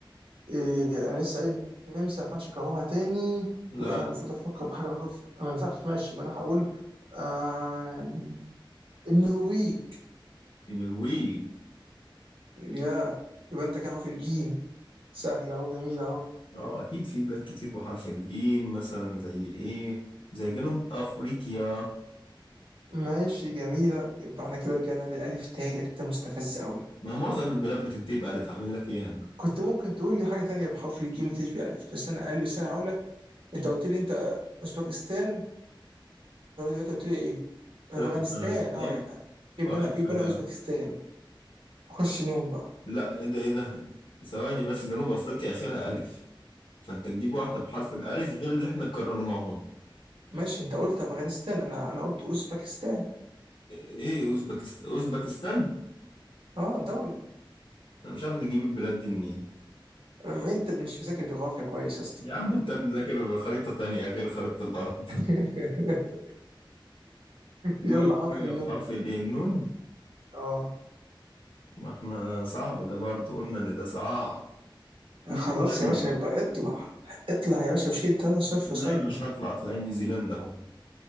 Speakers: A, on the right; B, on the left.
A: إيه أنا لسه قايل النمسا ما ينفعش أكررها تاني
B: لا
A: يبقى أنا المفروض أفكر بحاجة أخف ما ينفعش ماشي يبقى أنا هقول آه النرويج
B: النرويج
A: يا يبقى أنت كده أهو في الجيم سهلة وجميلة أهو
B: اه اكيد في بلاد كتير بحرف الجيم مثلا زي ايه زي جنوب افريقيا
A: ماشي جميلة يبقى احنا كده رجعنا للألف تاني الألف ده مستفز قوي
B: ما معظم البلاد بتنتهي بالف عامل لك ايه انا
A: كنت ممكن تقول لي حاجة تانية بحرف الجيم تشبه ألف بس أنا قال بس أنا هقول لك أنت قلت لي أنت أوزبكستان أنت قلت لي إيه؟
B: <laughs>
A: أفغانستان
B: ثلاثة افغانستان
A: أه يبقى
B: واخر
A: أنا يبقى
B: حاجة
A: أنا أوزبكستان خش نوم بقى
B: لا ايه ده ايه ده ثواني بس جنوب افريقيا اخرها الف فانت تجيب واحده بحرف الالف غير اللي احنا كررناهم
A: ماشي أنت قلت أفغانستان أنا أنا قلت أوزبكستان
B: ايه اوزبكست- اوزبكستان
A: أه دولة
B: انا مش عارف تجيب البلاد دي منين
A: أما أنت اللي مش مذاكر جغرافيا كويس يا اسطى
B: يا عم انت اللي مذاكر خريطه تانية غير خريطه الارض <laughs>
A: <laughs>
B: المهم
A: يلا حرف النوم
B: في حرف الايه النون
A: أه
B: ما احنا صعب ده برضه قلنا ان ده صعب نيوزيلندا
A: خلاص يا باشا يبقى اطلع اطلع يا باشا وشيل 3 صفر
B: لا
A: صايمة
B: مش هطلع اطلع نيوزيلندا اهو